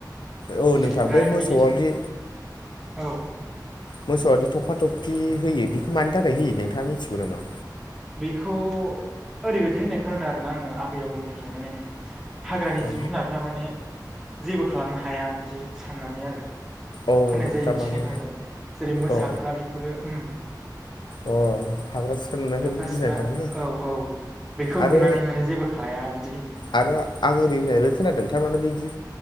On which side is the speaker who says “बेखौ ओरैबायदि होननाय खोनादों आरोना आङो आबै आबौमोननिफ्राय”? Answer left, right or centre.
Centre